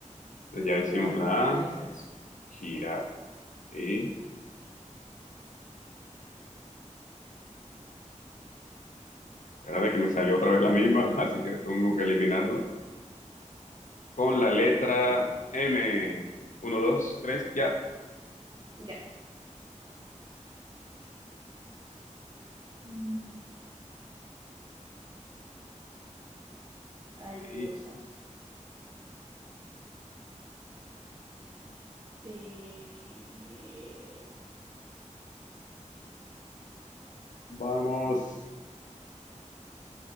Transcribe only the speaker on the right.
Bueno,
me avisas.
Ve,
Ya. Mm, Ay,
Dios santo. Eh,